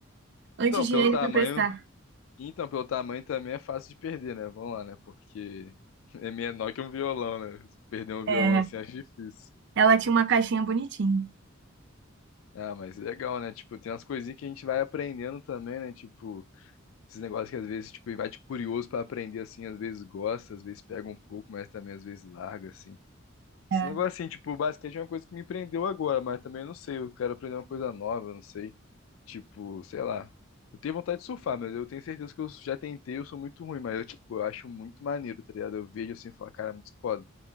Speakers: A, on the right; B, on the left.
A: anti-higiênico
B: Então, pelo tamanho.
A: emprestar.
B: Então, pelo tamanho também é fácil de perder, né? Vamos lá, né? Porque <laughs> é menor que um violão, né? Perder um
A: É,
B: violão assim acho difícil.
A: Ela tinha uma caixinha bonitinha.
B: Ah, mas é legal, né? Tipo, tem umas coisinhas que a gente vai aprendendo também, né? Tipo, esses negócios que às vezes, tipo, vai de curioso pra aprender assim, às vezes gosta, às vezes pega um pouco, mas também às vezes larga, assim.
A: É,
B: Esse negócio assim, tipo, o basquete é uma coisa que me prendeu agora, mas também não sei, eu quero aprender uma coisa nova, não sei. Tipo, sei lá. Eu tenho vontade de surfar, mas eu tenho certeza que eu já tentei, eu sou muito ruim, mas eu, tipo, eu acho muito maneiro, tá ligado? Eu vejo assim e falo, cara, é muito foda.